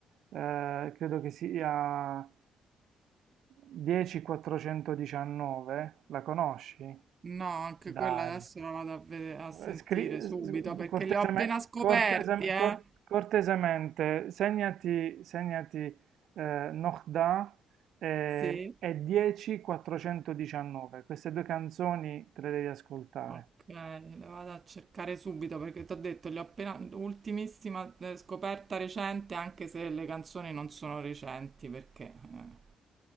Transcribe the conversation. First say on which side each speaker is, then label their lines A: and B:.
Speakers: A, on the right; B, on the right.
A: eh, credo che sia... Dieci quattrocentodiciannove? La conosci?
B: No, anche
A: Dai.
B: quella adesso la vado a, vede- a sentire
A: Eh, scri-
B: subito
A: s-
B: perché
A: corteseme-
B: li ho appena scoperti,
A: cortesem-
B: eh.
A: cor- cortesemente, segnati, segnati eh, Nohda eh,
B: Sì,
A: e 10.419. Queste due canzoni te le devi ascoltare.
B: ok, le vado a cercare subito perché ti ho detto, li ho appena, ultimissima eh, scoperta recente, anche se le canzoni non sono recenti perché eh,